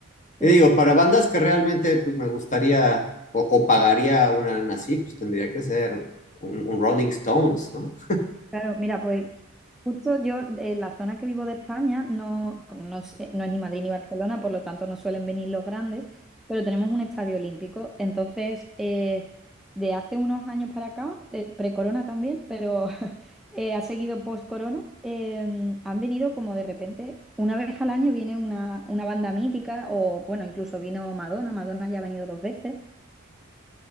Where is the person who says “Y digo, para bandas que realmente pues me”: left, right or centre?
Left